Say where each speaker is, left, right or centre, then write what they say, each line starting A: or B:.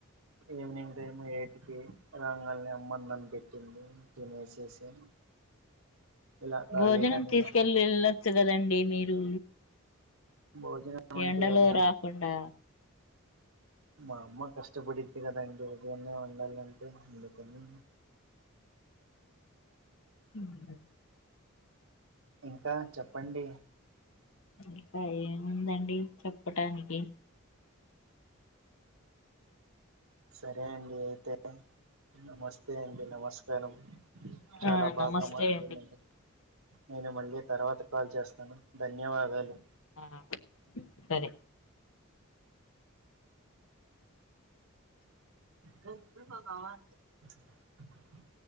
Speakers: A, on the right; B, on the left.
A: ఈవ్నింగ్ టైమ్ ఎయిట్కి రాంగాల్నే అమ్మ అన్నం పెట్టింది తినేసేసి ఇలా ఖాళీగానే
B: భోజనం తీసుకెళ్లి
A: ఉన్నా
B: వెళ్ళొచ్చు కదండి మీరు
A: భోజనం అంటే
B: ఎండలో
A: ఉదయం
B: రాకుండా
A: మా అమ్మ కష్టపడిది కదండి ఉదయాన్నే వండాలంటే ఎందుకని
B: <inaudible>
A: ఇంకా చెప్పండి
B: ఇంకా ఏముందండి చెప్పటానికి <inaudible>
A: సరే అండి అయితే నమస్తే అండి నమస్కారం చాలా
B: ఆ నమస్తే
A: బాగా మాట్లానండి
B: అండి
A: నేను మళ్ళీ తర్వాత కాల్ చేస్తాను ధన్యవాదాలు
B: ఆ సరే
A: గ భగవాన్ <unintelligible>